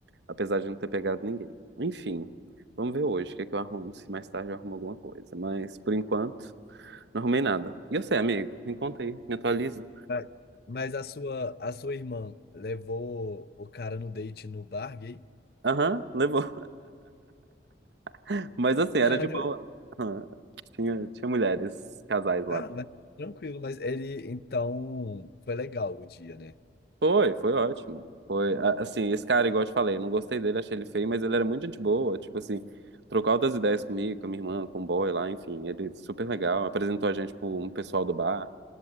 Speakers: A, on the right; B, on the left.
A: Apesar de não ter pegado ninguém. Enfim, vamos ver hoje o que é que eu arrumo, se mais tarde eu arrumo alguma coisa. Mas por enquanto. Não arrumei nada. E eu sei, amigo. Me conta aí, me atualiza.
B: Mas mas a sua, a sua irmã levou o cara no date no bar gay?
A: Aham, levou. <laughs> Mas assim, era
B: <laughs>
A: de boa. Aham. Tinha, tinha mulheres, casais lá.
B: Ah, mas tranquilo, mas ele, então, foi legal o dia, né?
A: Foi, foi ótimo. Foi, a- assim, esse cara, igual eu te falei, não gostei dele, achei ele feio, mas ele era muito gente boa. Tipo assim, trocou altas ideias comigo, com a minha irmã, com o boy lá, enfim. Ele super legal. Apresentou a gente pro um pessoal do bar.